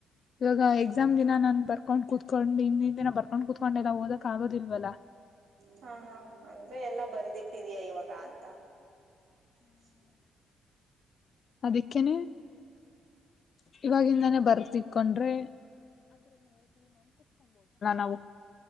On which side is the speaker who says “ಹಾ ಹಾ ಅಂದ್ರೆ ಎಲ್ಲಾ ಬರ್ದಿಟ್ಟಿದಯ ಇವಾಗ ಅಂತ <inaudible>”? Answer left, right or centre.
Right